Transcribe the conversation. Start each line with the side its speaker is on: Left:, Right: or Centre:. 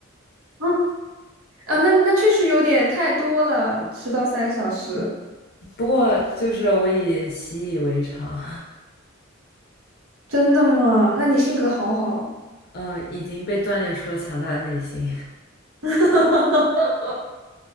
Right: <laughs> 啊，那那确实有点太多了，迟到三个小时，
Left: 不过就是我已习以为常，
Right: 真的吗？那你性格好好，
Left: 嗯，已经被锻炼出了强大的内心。
Right: <laughs>